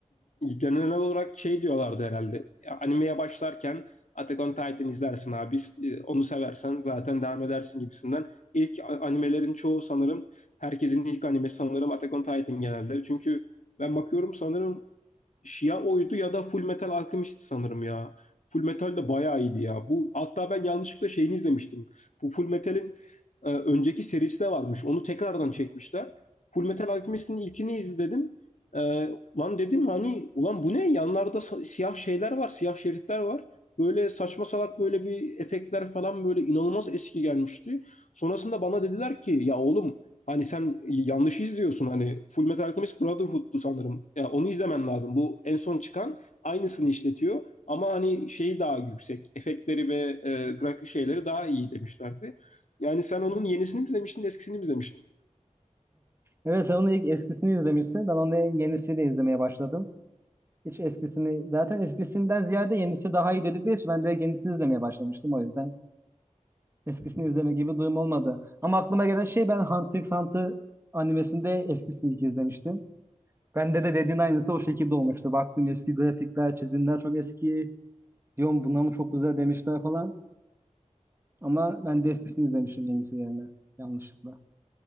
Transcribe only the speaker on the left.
genel olarak şey diyorlardı herhalde. Animeye başlarken Attack on Titan izlersin abi. e, Onu seversen zaten devam edersin gibisinden. İlk animelerin çoğu sanırım herkesin ilk animesi sanırım Attack on Titan genelde. Çünkü ben bakıyorum sanırım ya oydu ya da Full Metal Alchemist sanırım ya. Full Metal de bayağı iyiydi ya. Bu hatta ben yanlışlıkla şeyini izlemiştim. Bu Full Metal'in e, önceki serisi de varmış. Onu tekrardan çekmişler. Full Metal Alchemist'in ilkini izledim. E, lan dedim hani ulan bu ne? Yanlarda sa- siyah şeyler var, siyah şeritler var. Böyle saçma salak böyle bir efektler falan böyle inanılmaz eski gelmişti. Sonrasında bana dediler ki ya oğlum hani sen yanlış izliyorsun hani Full Metal Alchemist Brotherhood'du sanırım. Ya yani onu izlemen lazım. Bu en son çıkan aynısını işletiyor ama hani şeyi daha yüksek. Efektleri ve e, grafik şeyleri daha iyi demişlerdi. Yani sen onun yenisini mi izlemiştin, eskisini mi izlemiştin?